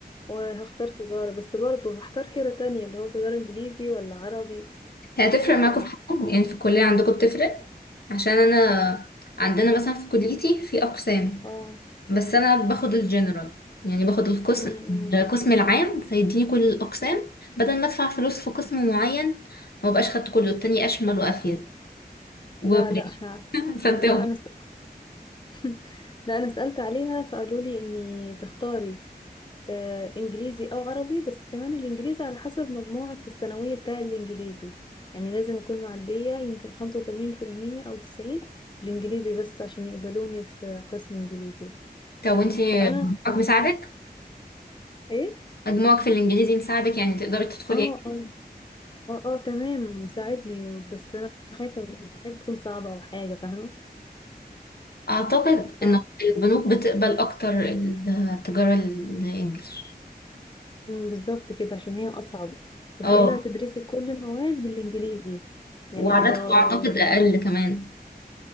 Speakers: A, on the left; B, on the left.
A: وهختار تجارة بس برضه هختار حيرة تانية اللي هو تجارة إنجليزي ولا عربي
B: هي هتفرق معاكم
A: ف
B: في حاجه يعني في الكليه عندكم بتفرق عشان انا عندنا مثلا في كليتي في اقسام
A: اه
B: بس انا باخد الجنرال يعني باخد القسم
A: امم
B: القسم العام فيديني كل الاقسام بدل ما ادفع فلوس في قسم معين ما بقاش خدت كله التاني اشمل وافيد وبلاش
A: لا لا احنا
B: <laughs> فانت
A: لا أنا س... <laughs> لا أنا سألت عليها فقالوا لي إني تختاري آه إنجليزي أو عربي بس كمان الإنجليزي على حسب مجموعك في الثانوية بتاع الإنجليزي يعني لازم أكون معدية يمكن خمسة وثمانين في المية أو تسعين في الإنجليزي بس عشان يقبلوني في قسم إنجليزي
B: طب وانت <laughs> مجموعك
A: انا
B: مساعدك
A: ايه
B: مجموعك في الانجليزي مساعدك يعني تقدري تدخلي
A: اه
B: ايه
A: اه اه اه تمام ساعدني بس انا خايفه يعني خايفه تكون صعبه او حاجه فاهمه
B: اعتقد
A: ف
B: ان البنوك بتقبل اكتر التجاره الانجليش
A: مم، بالظبط كده عشان هي اصعب تخيلها
B: اه
A: تدرسي كل المواد بالانجليزي يعني
B: وعددكم
A: اداره
B: اعتقد اقل كمان